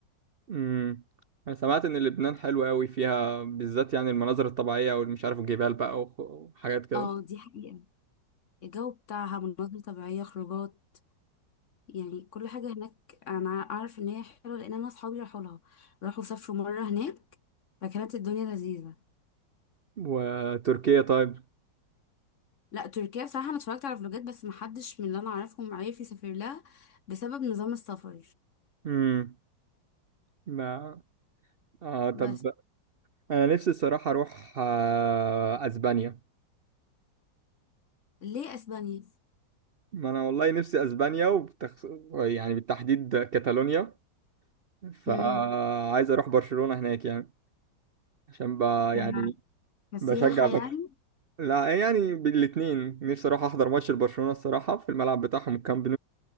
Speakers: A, on the right (about 85°); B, on the left (about 50°).
A: امم انا سمعت ان لبنان حلوة قوي فيها بالذات يعني المناظر الطبيعية والمش عارف الجبال بقى وخ- وحاجات كده
B: اه دي حقيقة الجو بتاعها مناظر طبيعية خروجات يعني كل حاجة هناك أنا أعرف إن هي حلوة لأن أنا أصحابي راحوا لها راحوا سافروا مرة هناك فكانت الدنيا لذيذة
A: وتركيا طيب
B: لا تركيا بصراحة أنا اتفرجت على فلوجات بس محدش من اللي أنا أعرفهم عارف يسافر لها بسبب نظام السفر
A: امم ما اه طب
B: بس
A: انا نفسي الصراحة اروح آه اسبانيا
B: ليه أسبانيا؟
A: ما انا والله نفسي اسبانيا وبتخص... يعني بالتحديد كاتالونيا فعايز
B: امم
A: اروح برشلونة هناك يعني عشان ب...
B: ك-
A: يعني
B: كسياحة
A: بشجع برشلونة
B: يعني
A: لا يعني بالاتنين نفسي اروح احضر ماتش لبرشلونة الصراحة في الملعب بتاعهم الكامب